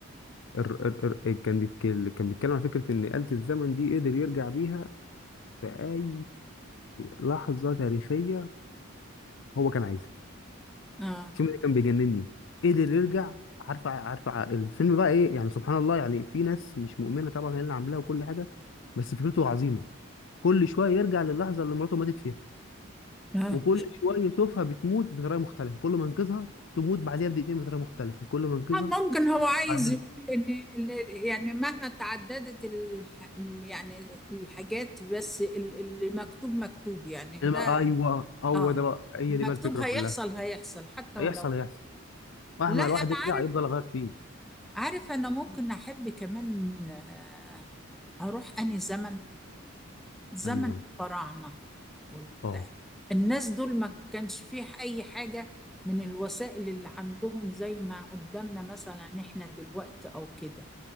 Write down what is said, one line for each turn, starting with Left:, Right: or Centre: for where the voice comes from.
Left: ار ار ار كان بيتكلم كان بيتكلم على فكرة ان آلة الزمن دي قدر يرجع بيها في اي لحظة تاريخية هو كان عايزها
Centre: آه,
Left: الفيلم ده كان بيجنني قدر يرجع عارفه عارفه ع- الفيلم بقى ايه يعني سبحان الله يعني في ناس مش مؤمنة طبعا هي اللي عاملاه وكل حاجة بس فكرته عظيمة كل شويه يرجع للحظه اللي مراته ماتت فيها
Centre: آه.
Left: وكل شويه يشوفها بتموت بطريقه مختلفه كل ما ينقذها تموت بعديها بدقيقتين بطريقه مختلفه كل ما ينقذها
Centre: آه، ممكن هو عايز
Left: بعديها
Centre: يقول ان إن يعني مهما تعددت الح... ال- يعني الحاجات بس ال- اللي مكتوب مكتوب يعني ده
Left: انما ايوه هو
Centre: اه
Left: ده بقى هي
Centre: المكتوب
Left: دي بقى الفكره
Centre: هيحصل
Left: كلها
Centre: هيحصل حتى ولو
Left: هيحصل هيحصل مهما
Centre: لا انا
Left: الواحد يرجع
Centre: عارف
Left: يفضل يغير فيه
Centre: عارف انا ممكن احب كمان آه، اروح اني زمن زمن
Left: يعني زمان
Centre: الفراعنة والبتاع
Left: اه
Centre: الناس دول ما كانش فيه أي حاجة من الوسائل اللي عندهم زي ما قدامنا مثلا احنا دلوقتي أو كده